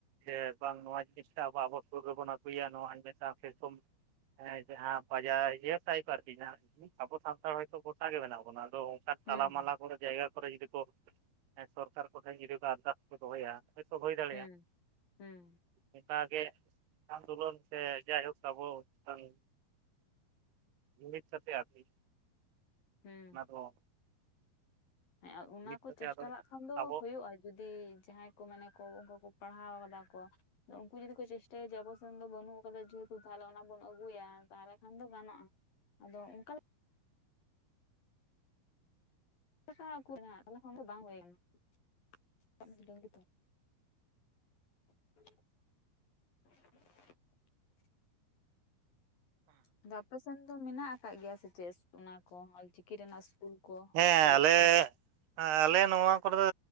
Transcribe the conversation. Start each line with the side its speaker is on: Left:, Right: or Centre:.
Right: ᱦᱮ ᱵᱟᱝ ᱱᱚᱣᱟ ᱡᱤᱱᱤᱥ ᱟᱵᱚ ᱟᱵᱚ ᱠᱚ ᱜᱮᱵᱚᱱ ᱟᱹᱜᱩᱭᱟ ᱱᱚᱣᱟᱧ ᱢᱮ ᱯᱷ ᱠᱚ ᱦᱮᱸ ᱡᱟᱦᱟᱸ ᱵᱟᱡᱟᱨ ᱤᱭᱟᱹ ᱴᱟᱭᱤᱯ ᱟᱨᱠᱤ ᱟᱵᱚ ᱥᱟᱱᱛᱟᱲ ᱦᱚᱭᱛᱚ ᱜᱚᱴᱟ ᱜᱮ ᱢᱮᱱᱟᱜ ᱵᱚᱱᱟ ᱟᱫᱚ
Left: ᱦᱩᱸ
Right: ᱛᱟᱞᱟᱢᱟᱞᱟ ᱠᱚᱨᱮ ᱡᱟᱭᱜᱟ ᱠᱚᱨᱮ ᱡᱩᱫᱤ ᱠᱚ ᱥᱚᱨᱠᱟᱨ ᱠᱚᱴᱷᱮᱱ ᱡᱩᱫᱤ ᱟᱨᱫᱟᱥ ᱠᱚ ᱫᱚᱦᱚᱭᱟ ᱦᱚᱭ ᱛᱚ ᱦᱩᱭ ᱫᱟᱲᱮᱭᱟᱜᱼᱟ
Left: ᱦᱩᱸ ᱦᱩᱸ
Right: ᱚᱱᱠᱟᱜᱮ ᱟᱱᱫᱳᱞᱚᱱ ᱥᱮ ᱡᱟᱭᱦᱳᱠ ᱟᱵᱚ ᱥᱟᱸᱼᱼ ᱤ <unintelligible> ᱥᱟᱛᱮ ᱟᱨᱤ
Left: ᱦᱮᱸ
Right: ᱟᱫᱚ
Left: ᱦᱮᱸ ᱚᱱᱟ ᱠᱚ
Right: ᱠᱚᱜᱮ
Left: ᱪᱮᱥᱴᱟ
Right: ᱟᱫᱚ
Left: ᱞᱟᱜ ᱠᱷᱟᱱ ᱫᱚ
Right: ᱟᱵᱚ
Left: ᱦᱩᱭᱩᱜᱼᱟ ᱡᱩᱫᱤ ᱡᱟᱦᱟᱸᱭ ᱠᱚ ᱢᱟᱱᱮ ᱠᱚ ᱩᱱᱠᱩ ᱠᱚ ᱯᱟᱲᱦᱟᱣᱟᱠᱟᱫ ᱠᱚ ᱟᱫᱚ ᱩᱱᱠᱩ ᱡᱩᱫᱤ ᱠᱚ ᱪᱮᱥᱴᱟᱭᱟ ᱡᱮ ᱟᱵᱚ ᱥᱮᱱ ᱫᱚ ᱵᱟᱹᱱᱩᱜ ᱠᱟᱫᱟ ᱡᱮᱦᱮᱛᱩ ᱛᱟᱦᱚᱞᱮ ᱚᱱᱟ ᱵᱚᱱ ᱟᱹᱜᱩᱭᱟ ᱛᱟᱦᱚᱞᱮ ᱠᱷᱟᱱ ᱫᱚ ᱜᱟᱱᱚᱜᱼᱟ ᱟᱫᱚ ᱚᱱᱠᱟ <unintelligible> <unintelligible> ᱫᱚ ᱵᱟᱝ ᱦᱩᱭ ᱟᱠᱟᱱᱟ <unintelligible> <unintelligible> ᱟᱫᱚ ᱟᱯᱮᱥᱮᱱ ᱫᱚ ᱢᱮᱱᱟᱜ ᱟᱠᱟᱫ ᱜᱮᱭᱟ ᱥᱮ ᱪᱮᱫ ᱚᱱᱟ ᱠᱚ ᱚᱞ ᱪᱤᱠᱤ ᱨᱮᱱᱟᱜ ᱠᱚ
Right: ᱦᱮᱸ
Left: ᱠᱚᱞᱮᱡᱽ
Right: ᱟᱞᱮ
Left: ᱠᱚ?
Right: ᱟᱞᱮ ᱱᱚᱣᱟ ᱠᱚᱨᱮ ᱫᱚ